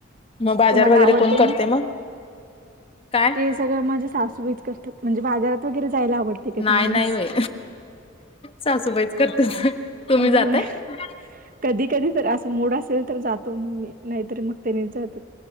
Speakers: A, on the left; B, on the right.
A: मग बाजार
B: तुम्हाला
A: वगैरे
B: आवडते
A: कोण
B: मग
A: करते काय
B: तेच? सगळ माझ्या सासू बाईच करतात म्हणजे बाजारात वगैरे जायला आवतं ते काय
A: नाही
B: तुम्हाना
A: नाही
B: अस
A: बाई सासूबाईच करतात तुम्ही
B: होय
A: <unintelligible>
B: कधी कधी तर असं मोड असेल तर जातो मग मी नाहीतरी मग त्यानीच जात्यात.